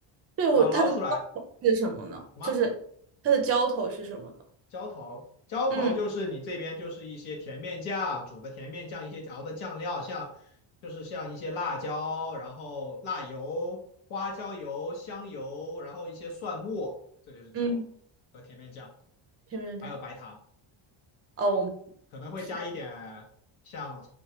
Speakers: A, on the right (about 30°); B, on the left (about 70°).
A: 对我它的浇头是什么呢？
B: 然后捞出来什么？
A: 就是它的浇头是什么？
B: 浇头，浇头就是你这边就是一些甜面酱，
A: 嗯
B: 煮的甜面酱，一些熬的酱料，像就是像一些辣椒，然后辣油、花椒油、香油，然后一些蒜末，这就是浇头和甜面酱，
A: 嗯，甜面酱。
B: 还有白糖，
A: 哦，
B: 可能会加一点像
A: 天